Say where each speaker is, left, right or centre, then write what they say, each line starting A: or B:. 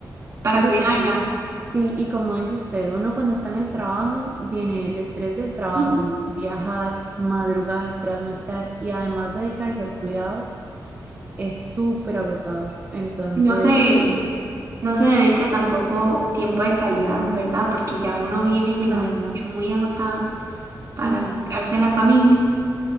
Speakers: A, on the right; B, on the right.
A: para
B: digo,
A: cuidarla.
B: sí, y como dice usted, uno cuando está en el trabajo, viene el estrés del trabajo,
A: Ujú.
B: viajar, madrugar, trasnochar y además dedicarse al cuidado es súper agotador. Entonces,
A: Y No sé. No se dedica tampoco tiempo de calidad, ¿verdad? Porque ya uno viene, me imagino,
B: además,
A: que muy agotado para
B: ujú.
A: dedicarse a la familia.